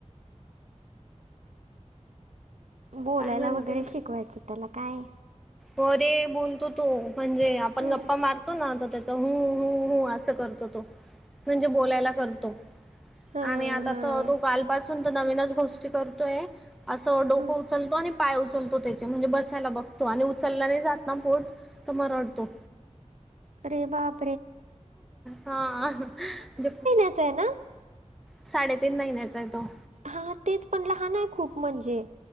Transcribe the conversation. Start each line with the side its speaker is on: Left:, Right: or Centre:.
Right: बोलायला
Centre: काय म्हणते
Right: वगैरे शिकवायचं त्याला काय.
Centre: अरे बोलतो तो म्हणजे आपण
Right: हम्म.
Centre: गप्पा मारतो ना तर त्याच हम् हम् अस करतो तो म्हणजे बोलायला करतो.
Right: हा
Centre: आणि आता
Right: हा.
Centre: तर तो कालपासून तर नवीनच गोष्टी करतोय. असं डोकं
Right: हम्म.
Centre: उचलतो आणि पाय उचलतो त्याचे म्हणजे बसायला बघतो आणि चललं जात नाय ना पोट तर म रडतो.
Right: अरे बाप
Centre: हा जे
Right: असय ना?
Centre: साडेतीन महिन्याचा आय तो.
Right: हा तेच पण लहान आय खूप म्हणजे.